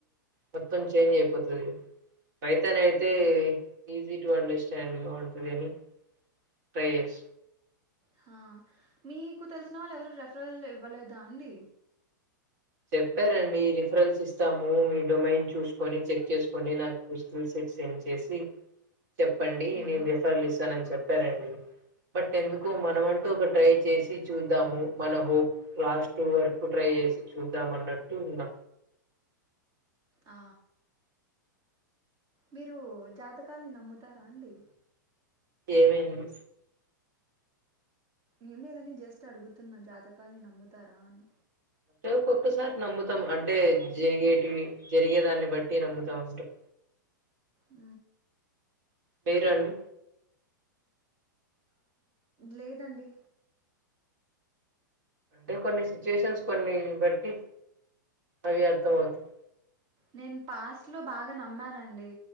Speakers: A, on the right; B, on the right.
A: మొత్తం చేంజ్ అయిపోతుదిగ ఫైథాన్ అయితే ఈజీ టు అండర్ స్టాండ్ గా ఉంటుదని. ట్రై చేస్
B: హా మీకు తెలిసిన వాళ్ళు ఎవరు రెఫరల్ ఇవ్వలేదా అండి
A: చెప్పారండి రిఫరెన్స్ ఇస్తాము మీ డొమైన్ చూసుకొని చెక్ చేసుకోని నాకు స్కిల్ సెట్ సెండ్ చేసి. చెప్పండి
B: హ్మ్.
A: నేను రెఫర్ లిస్ తనని చెప్పారండి బట్ ఎందుకో మనమంటూ ఒక ట్రై చేసి చూద్దాము మన హోప్ లాస్ట్ వరకు ట్రై చేసి. చూద్దాము అన్నట్టు ఉన్నా
B: ఆ మీరు జాతకాల్ని నమ్ముతారా అండి
A: ఏమేడి
B: ఏం లేదని జస్ట్ అడుగుతున్నా జాతకాల్ని నమ్ముతారా అని
A: అంటే ఒక్కొక్కసారి నమ్ముతాం అంటే జరిగేటివి జరిగేదాన్ని బట్టి నమ్ముతాం అంటారు
B: అ
A: మీ రడు
B: లేదండి
A: అంటే కొన్ని సిచ్యుయేషన్స్ కొన్ని బట్టి అవి అర్థం అవుతాయి
B: నేను పాస్ట్ లో బాగా నమ్మానుండి